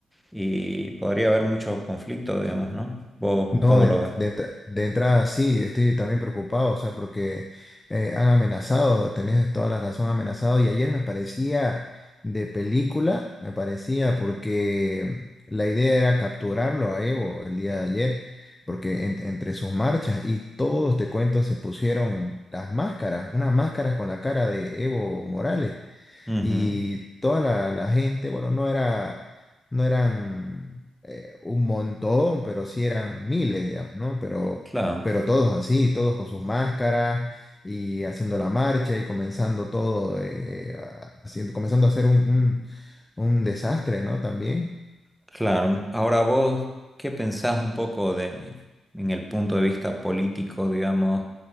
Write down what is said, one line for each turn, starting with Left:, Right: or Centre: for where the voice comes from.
Centre: y podría haber mucho conflicto, digamos, ¿no? ¿Vos
Left: No,
Centre: cómo
Left: de,
Centre: lo ves?
Left: de ent- de entrada sí, estoy también preocupado, o sea, porque eh, han amenazado, tenés toda la razón, amenazado. Y ayer me parecía de película, me parecía, porque la idea era capturarlo a Evo el día de ayer, porque en- entre sus marchas y todos, te cuento, se pusieron las máscaras, unas máscaras con la cara de Evo Morales
Centre: Ujú,
Left: y toda la, la gente, bueno, no era, no eran eh, un montón, pero sí eran miles, digamos, ¿no? Pero,
Centre: Claro,
Left: pero todos así, todos con sus máscaras y haciendo la marcha y comenzando todo, eh, a- haciendo, comenzando a hacer un, un, un desastre, ¿no? También.
Centre: claro. Ahora vos, ¿qué pensás un poco de, en el punto de vista político, digamos?